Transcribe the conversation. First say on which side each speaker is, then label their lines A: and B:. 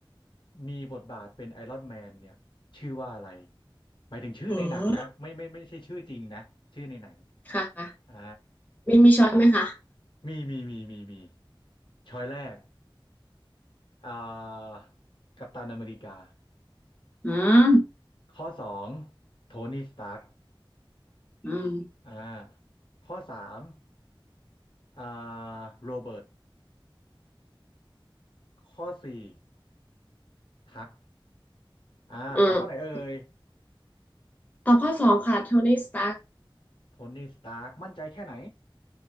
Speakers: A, on the left; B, on the left.
A: มีบทบาทเป็นไอรอนแมนเนี่ยชื่อว่าอะไรหมายถึงชื่อในหนังนะไม่ไม่ไม่ใช่ชื่อจริงนะชื่อในหนัง
B: อืมค่ะค่ะ
A: อ่า
B: มีมีช้อยไหมคะ
A: มีมีมีมีมีช้อยแรกอ่ากัปตันอเมริกา
B: อืม
A: ข้อสองโทนี่สตาร์ก
B: อืม
A: อ่าข้อสามอ่าโรเบิร์ตข้อสี่ฮักอ่าตอบข้อไหนเอ่ย
B: อืมตอบข้อสองค่ะโทนี่สตาร์ค
A: โทนี่สตาร์กมั่นใจแค่ไหน